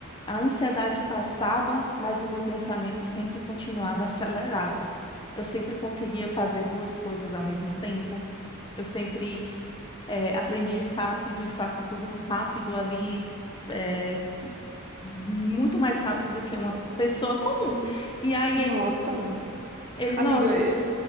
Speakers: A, on the left; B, on the right.
A: a ansiedade passava, mas o meu pensamento sempre continuava acelerado. Eu sempre conseguia fazer duas coisas ao mesmo tempo. Eu sempre é, aprendi rápido e faço tudo rápido ali, é, muito mais rápido do que uma pessoa comum. E aí
B: nossa.
A: ele, ele,
B: Amiga,
A: nossa,
B: é-